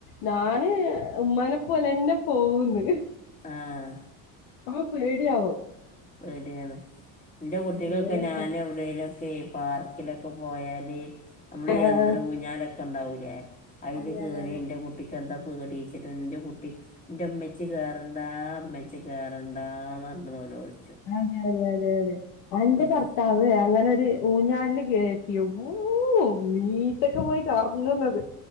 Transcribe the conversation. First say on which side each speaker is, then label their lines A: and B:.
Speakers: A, on the left; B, on the left.
A: ഞാന് ഉമ്മാനെ പോലെന്നെ പോകുന്ന്.
B: ആഹ്
A: അപ്പള് പേടി ആവും
B: പേടിയാണ്. ഇന്റെ കുട്ടികൊക്കെ
A: അങ്ങനെയൊക്കെ
B: ഞാൻ എവിടെലൊക്കെയ് പാർക്കിലൊക്കെ പോയാല് നമ്മളീ
A: ആഹ്
B: യന്ത്ര ഊഞ്ഞാലൊ ക്കെണ്ടാവൂലേ അയില്
A: അതെ
B: കേറി
A: അതെ അതെ
B: ഇന്റെ കുട്ടിക്ക് എന്താ പേടീച്ചിട്ട് ഇന്റെ കുട്ടി ഇന്റെ ഇമ്മച്ചി കേറണ്ടാ ഇമ്മച്ചി കേറണ്ടാ ന്നാണ്ട്പറഞ്‌ നോലോൽച്ച്
A: അ അതെ അതെ അതെ അതെ അന്റെ
B: ഉം.
A: ഭർത്താവ് അങ്ങനൊര് ഊഞ്ഞാലില് കേയറ്റിയ ഓ മീറ്റൊക്കെ പോയി കറങ്ങ്ന്നത്